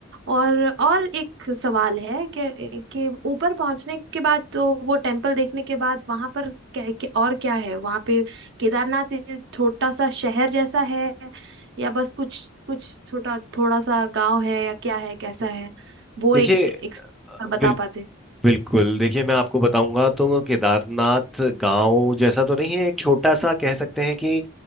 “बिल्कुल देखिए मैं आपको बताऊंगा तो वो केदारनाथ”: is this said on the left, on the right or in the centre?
Centre